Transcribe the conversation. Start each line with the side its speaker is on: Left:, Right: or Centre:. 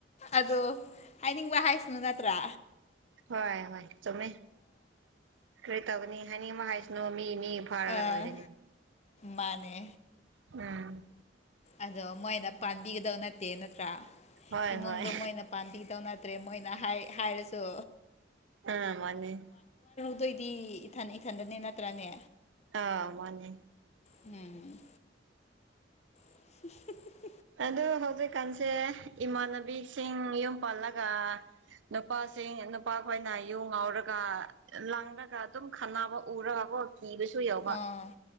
Left: ꯑꯗꯣ ꯍꯥꯏꯅꯤꯡꯕ ꯍꯥꯏꯁꯅꯨ ꯅꯠꯇ꯭ꯔꯥ
Right: ꯍꯣꯏ ꯍꯣꯏ ꯆꯃꯦ ꯀꯔꯤ ꯇꯧꯒꯅꯤ ꯍꯥꯏꯅꯤꯡ ꯃꯍ ꯍꯥꯏꯁꯅꯨ ꯃꯤ ꯃꯤ ꯐꯥꯔꯒ
Left: ꯑꯥ
Right: ꯂꯣꯏꯔꯅꯤ
Left: ꯃꯥꯅꯦ
Right: ꯎꯝ
Left: ꯑꯗꯣ ꯃꯣꯏꯅ ꯄꯥꯟꯕꯤꯒꯗꯧ ꯅꯠꯇꯦ ꯅꯠꯇ꯭ꯔꯥ
Right: ꯍꯣꯏ
Left: ꯏꯃꯨꯡꯗꯣ
Right: ꯍꯣꯏ
Left: ꯃꯣꯏꯅ ꯄꯥꯟꯝꯕꯤꯗꯧ ꯅꯠꯇ꯭ꯔꯦ ꯃꯣꯏꯅ ꯍꯥꯏꯔꯁꯨ
Right: ꯑꯥ ꯃꯥꯅꯦꯅꯦ
Left: ꯑꯗꯨꯑꯣꯏꯗꯤ ꯏꯊꯟ ꯏꯊꯟꯗꯅꯦ ꯅꯠꯇ꯭ꯔꯅꯦ
Right: ꯑꯥ ꯃꯥꯅꯦꯦ
Left: ꯎꯝ <inaudible>
Right: ꯑꯗꯨ ꯍꯧꯖꯤꯛꯀꯥꯟꯁꯦ ꯏꯃꯥꯟꯅꯕꯤꯁꯤꯡ ꯌꯨꯝ ꯄꯜꯂꯒ ꯅꯨꯄꯥꯁꯤꯡ ꯅꯨꯄꯥꯈꯣꯏꯅ ꯌꯨ ꯉꯥꯎꯔꯒ ꯂꯥꯡꯔꯒ ꯑꯗꯨꯝ ꯈꯅꯕ ꯎꯔꯒꯀꯣ ꯀꯤꯕꯁꯨ ꯌꯧꯕ
Left: ꯑꯥ